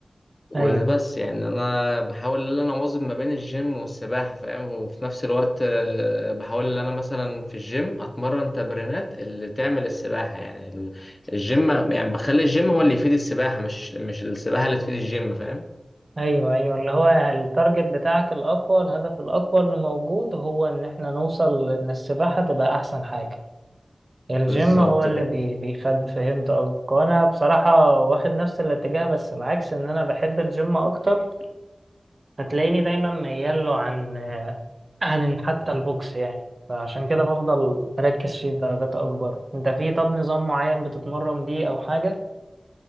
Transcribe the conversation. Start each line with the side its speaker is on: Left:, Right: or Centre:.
Left: وبس
Right: ايوه
Left: يعني انا بحاول ان انا اواظب ما بين الجيم والسباحه فاهم وفي نفس الوقت آه، بحاول ان انا مثلا في الجيم اتمرن تمرينات اللي تعمل السباحه يعني ال- الجيم يعني بخلي الجيم هو اللي يفيد السباحه مش مش السباحه اللي تفيد الجيم فاهم
Right: ايوه ايوه اللي هو التارجت بتاعك الاقوى الهدف الاقوى اللي موجود هو ان احنا نوصل ان السباحه تبقى احسن حاجه الجيم
Left: بالظبط
Right: هو اللي
Left: كده
Right: بي بيخد فهمت قصدك وانا بصراحه واخد نفس الاتجاه بس العكس ان انا بحب الجيم اكتر فتلاقيني دايما ميال له عن عن حتى البوكس يعني فعشان كده بفضل مركز فيه بدرجات اكبر انت في طب نظام معين بتتمرن بيه او حاجه